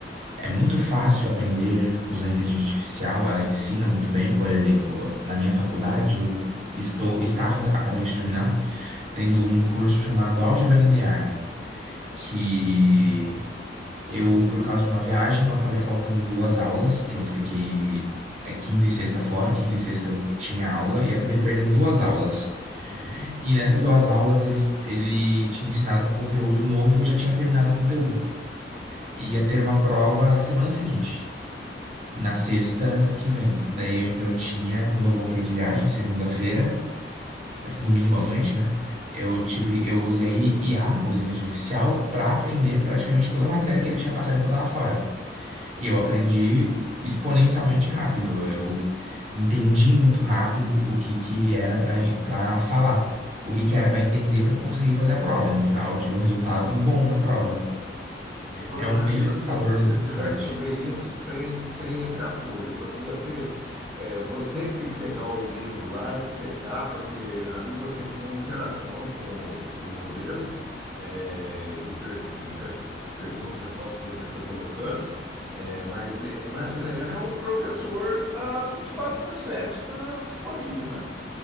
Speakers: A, on the right; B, in the centre.
A: é muito fácil aprender usando a inteligência artificial, ela ensina muito bem. Por exemplo, na minha faculdade, eu estou, estava, acabei de terminar, tendo um curso chamado Álgebra Linear. que eu, por causa de uma viagem, eu acabei faltando duas aulas, que eu fiquei é, quinta e sexta fora, quinta e sexta eu tinha aula e acabei perdendo duas aulas.
B: Uhum.
A: E nessas duas aulas eles, ele tinha ensinado um conteúdo novo e já tinha terminado o conteúdo. E Ia ter uma prova na semana seguinte, na sexta que vem. Daí eu, então eu tinha, quando eu voltei de viagem, segunda-feira, domingo à noite, né? Eu tive, eu usei IA, usei inteligência artificial, pra aprender praticamente toda a matéria que ele tinha passado enquanto eu estava fora. E eu aprendi exponencialmente rápido. Eu entendi muito rápido o que que era pra para falar, o que que era pra entender pra conseguir fazer a prova. E no final eu tive um resultado bom na prova.
B: Ô, João,
A: É
B: imagina
A: um meio educador
B: se você ti-
A: muito
B: tivesse
A: forte.
B: que fazer isso sem, sem esse apoio. Ia ser é, você que tem que pegar o livro lá e dissecar, porque ali você tinha uma interação com, o com o modelo é, de, per- de res- perguntas, e respostas que você foi colocando. É, mas é, imagina, ele é um professor que está 24 por 7 na- disponível, né?